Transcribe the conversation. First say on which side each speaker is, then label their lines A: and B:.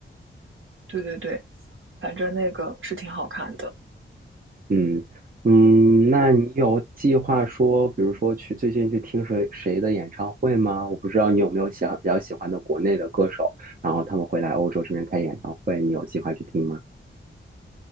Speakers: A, on the right (about 65°); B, on the right (about 40°).
A: 对对对，反正那个是挺好看的。
B: 嗯嗯，那你有计划说，比如说去最近去听谁谁的演唱会吗？我不知道你有没有想比较喜欢的国内的歌手，然后他们会来欧洲这边开演唱会，你有计划去听吗？